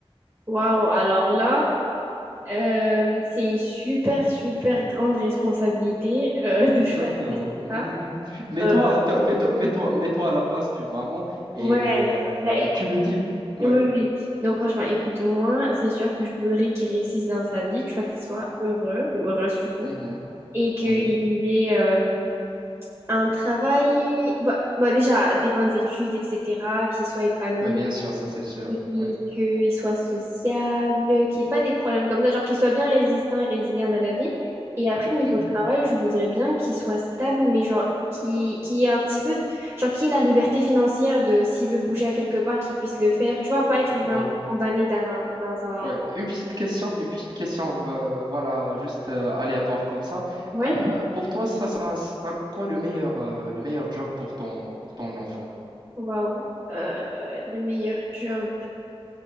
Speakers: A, on the right (about 25°); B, on the right (about 50°).
A: Waouh, alors là, euh, c'est une super, super grande responsabilité euh, <laughs> de
B: Exactement.
A: choisir ça.
B: <laughs> Mets-toi,
A: Euh,
B: toi- mets-toi, mets-toi, mets-toi à la place d'une maman et
A: ouais.
B: euh,
A: Bah, écoute-
B: tu me dis... Ouais.
A: oui, oui, oui. Donc, franchement, écoute-moi, c'est sûr que je voudrais qu'il réussisse dans sa vie, tu vois, qu'il soit heureux ou heureuse, du coup,
B: Mhm,
A: et qu'il
B: mhm.
A: ait. euh, Un travail, bah, bah, déjà des bonnes études, etc., qu'il soit épanoui,
B: Oui, bien sûr, ça c'est sûr.
A: et
B: Ouais.
A: qu'il soit sociable, qu'il n'y ait pas des problèmes comme ça, genre qu'il soit bien résistant et résilient dans la vie. Et après, niveau
B: <clears throat>
A: travail, je voudrais bien qu'il soit stable, mais genre qui qui ait un petit peu, genre qui ait la liberté financière de s'il veut bouger à quelque part, qu'il puisse le faire. Tu vois, pas être vraiment
B: Ouais,
A: condamné dans un, dans un...
B: ouais. Une petite question, une petite question, euh, voilà, juste euh, aléatoire comme ça.
A: Ouais.
B: Euh, pour toi, ça sera, ça sera quoi le meilleur, euh, le meilleur job pour ton, pour ton enfant?
A: Waouh. Euh, le meilleur job.